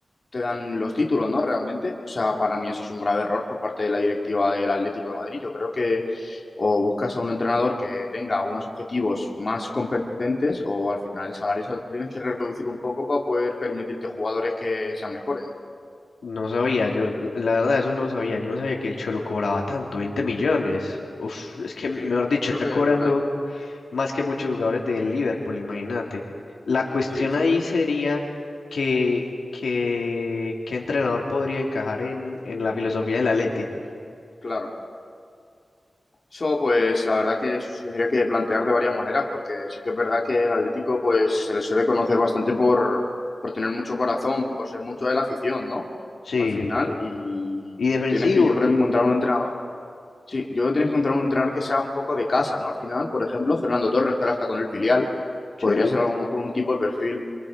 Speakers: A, on the left (about 45°); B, on the left (about 80°).
A: te dan los títulos, ¿no? Realmente. O sea, para mí eso es un grave error por parte de la directiva del Atlético de Madrid. Yo creo que o buscas a un entrenador que tenga unos objetivos más competentes o al final el salario se lo tienes que reducir un poco para poder permitirte jugadores que sean mejores, ¿no?
B: no sabía, yo la verdad eso no sabía, yo no sabía que el Cholo cobraba tanto, 20 millones. Uf, es que mejor
A: Sí,
B: dicho,
A: creo
B: está
A: que
B: cobrando.
A: por ahí.
B: más que muchos jugadores del Liverpool, imagínate. La cuestión
A: Sí, sí,
B: ahí sería que, que, qué entrenador podría encajar en, en la filosofía del Atleti.
A: claro. Eso, pues, la verdad que se tendría que plantear de varias maneras, porque sí que es verdad que el Atlético, pues, se le suele conocer bastante por, por tener mucho corazón, por ser mucho de la afición, ¿no?
B: Sí,
A: Al final, y
B: y defensivos.
A: tienes que, yo creo, que encontrar un entrenador. Sí, yo creo que tienes que encontrar un entrenador que sea un poco de casa, ¿no? Al final, por ejemplo, Fernando Torres, que ahora está con el filial,
B: Sí,
A: podría ser a lo mejor un tipo de perfil